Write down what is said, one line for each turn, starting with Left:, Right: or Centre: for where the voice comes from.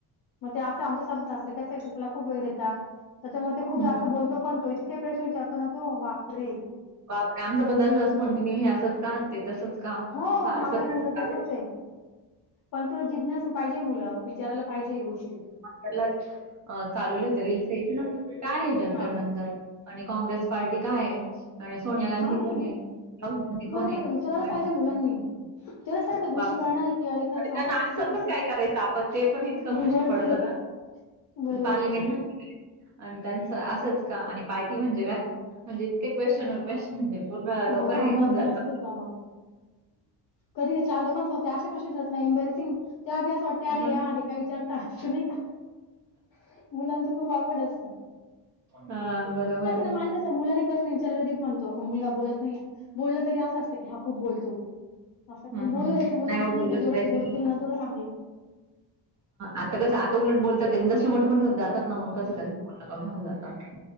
Left: मग ते असं आमचे सासू सासरे कसे त्याला खूप वेळ देता त्याच्यामुळे
Right: हम्म
Left: ते खूप जास्त
Right: हम्म.
Left: बोल- तो पण तो इतके प्रश्न विचारतो ना तो बापरे-
Right: आपण आमचं पण् तसेच कंटिन्यू हे असच का? ते तसच का?
Left: हो
Right: सारखं
Left: माझा
Right: त्याच
Left: मुलगा
Right: चालूय-
Left: तसाच आहे पण त जिज्ञसु पाहिजे मुलं विचारायला पाहिजे ही गोष्टी-
Right: त्याला- चालू तर काय आहे काय जंतर
Left: हां.
Right: नंतर आणि काँग्रेस पार्टी काय आहे? आणि सोनिया गांधी
Left: हां, नाही
Right: कोण आहे? राहुल गांधी
Left: बरोबर
Right: कोण
Left: आहे विचाराच
Right: आणि
Left: पाहिजे मुलांनी ते स त्या गोष्टी
Right: बापरे!
Left: करळणार आहे की अरे- खरंच
Right: आणि त्या
Left: असं
Right: आजच
Left: असतं, तसं
Right: पण काय
Left: असतं.
Right: करायचं आपण ते पण इतकं प्रश्न
Left: बरोबर
Right: पडत
Left: आहे,
Right: ना-
Left: बरोबर
Right: पार्लिमेंट
Left: आहे.
Right: म्हण- आणि त्यांचं असच का? आणि पार्टी म्हणजे काय म्हणजे इतके क्वेशन व क्वेशचन म्हणजे पूर्ण डोकं
Left: अ मुलांच
Right: हँग होऊन जातं.
Left: असतच बाबा कधी चार लोकांच होते अस कश प्रश्न जात नाही इनबॅलेसिंग त्या असं वातं त्यारे
Right: हां.
Left: या अरे काय विचारता असं नाही का मुलांच खूप आवड असत.
Right: हा बरोबर आहे.
Left: मान मुला प्रश्नचाल मानत आप मु <inaudible> नाही बोललं तरी असं असतं की खूप बोलतो. असं
Right: हं,
Left: पण बोलू
Right: हं.
Left: द्यायचं मुलांना
Right: हो
Left: नाही
Right: बोललंच
Left: का जेवढं
Right: पाहिजे.
Left: ते बोलतील ना तेवढं चांगलं.
Right: आता कसं आता उलट बोलतात त्यां जसे मोठे मोठे होत जातात ना मग तसं त्यांच बोलणं कमी होन जातं.